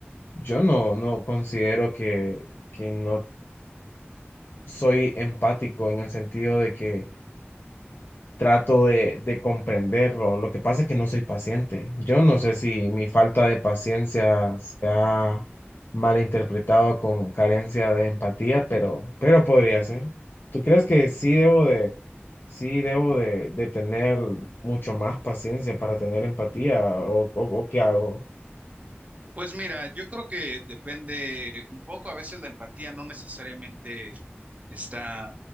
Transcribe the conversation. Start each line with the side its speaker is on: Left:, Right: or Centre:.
Left: Yo no, no considero que, que no soy empático en el sentido de que trato de, de comprenderlo. Lo que pasa es que no soy paciente. Yo no sé si mi falta de paciencia se ha malinterpretado con carencia de empatía, pero, pero podría ser. ¿Tú crees que sí debo de, sí debo de, de tener mucho más paciencia para tener empatía o, o o qué hago?
Right: Pues mira, yo creo que depende un poco, a veces la empatía no necesariamente está